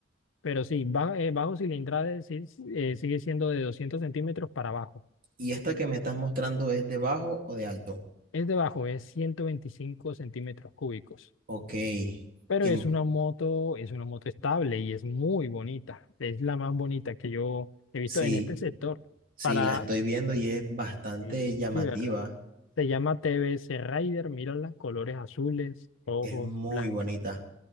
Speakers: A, on the left; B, on the right.
A: Pero sí, ba- eh, bajo cilindraje sí es- eh, sigue siendo de 200 centímetros para abajo.
B: ¿Y esta que me estás mostrando es de bajo o de alto?
A: Es de bajo, es 125 centímetros cúbicos.
B: Ok,
A: Pero
B: que
A: es una moto, es una moto estable y es muy bonita. Es la más bonita que yo he visto
B: sí,
A: en este sector.
B: sí,
A: Para,
B: la estoy viendo y es bastante
A: sí,
B: llamativa,
A: sí, ¿verdad? Se llama TBS Rider, mira los colores azules, rojos,
B: es muy
A: blancos.
B: bonita.